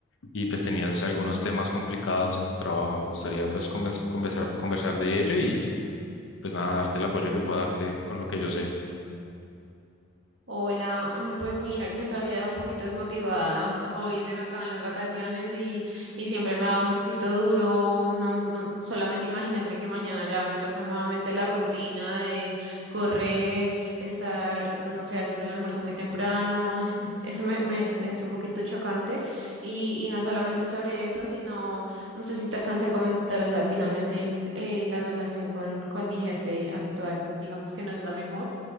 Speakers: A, on the left; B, on the right.
A: y pues tenías algunos temas complicados en tu trabajo. Me gustaría pues convers- conversar, conversar de ello y pues nada, darte el apoyo que pueda darte con lo que yo sé.
B: Hola, ay, pues mira que en realidad un poquito desmotivada. <laughs> Hoy se me acaban las vacaciones y, y siempre me ha dado un poquito duro. No, no- solamente imaginarme que mañana ya me toca nuevamente la rutina de correr, estar, no sé, haciendo el almuerzo muy temprano. <laughs> Eso me, me es un poquito chocante. Y, y no solamente sobre eso, sino, no sé si te alcancé a comentar, o sea, finalmente eh, la relación con, con mi jefe actual, digamos que no es la mejor.